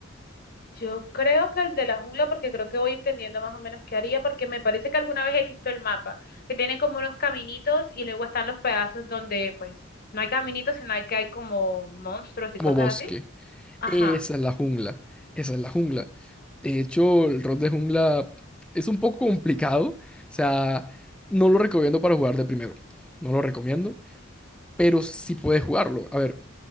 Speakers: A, on the left; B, in the centre.
A: yo creo que el de la jungla, porque creo que voy entendiendo más o menos qué haría, porque me parece que alguna vez he visto el mapa, que tiene como unos caminitos y luego están los pedazos donde, pues, no hay caminitos, sino hay que hay como monstruos y
B: como
A: cosas
B: bosque.
A: así. Ajá.
B: Esa es la jungla, esa es la jungla. De hecho, el rol de jungla es un poco complicado, o sea, no lo recomiendo para jugar de primero, no lo recomiendo, pero sí puedes jugarlo. A ver,